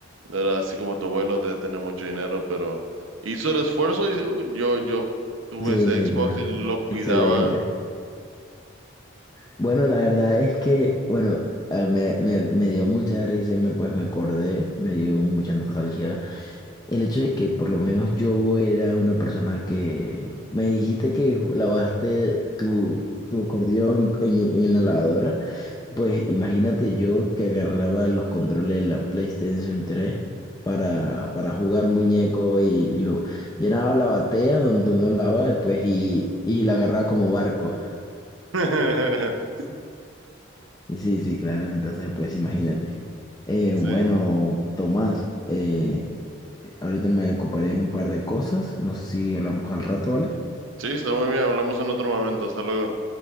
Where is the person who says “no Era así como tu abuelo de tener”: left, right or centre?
Right